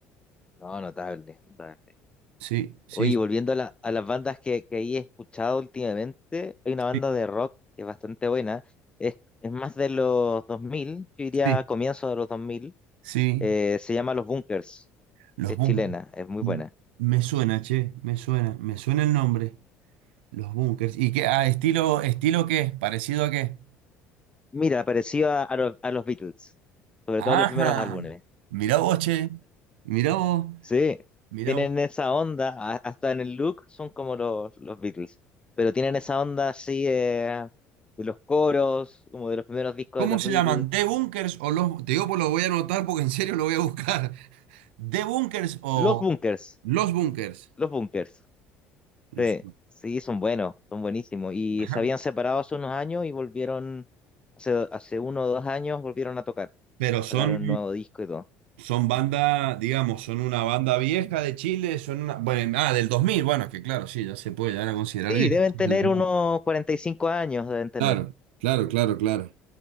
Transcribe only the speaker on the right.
Sí, sí,
sí,
sí,
sí.
Los
bunkers.
Me suena, che, me suena, me suena el nombre. Los bunkers. ¿Y qué? Ah, estilo, estilo qué, parecido a qué.
Ajá.
Mirá vos, che. Mirá vos,
mirá
vos.
¿Cómo
se
llaman? ¿The Bunkers o los...? Te digo, pues lo voy a anotar porque en serio lo voy a buscar. ¿The Bunkers o
los Bunkers?
Los...
Ajá.
Pero son,
son banda, digamos, son una banda vieja de Chile, son una, bueno, ah, del dos mil bueno, que claro, sí, ya se puede llegar a considerar
vieja.
son
del 2000.
Claro, claro, claro, claro.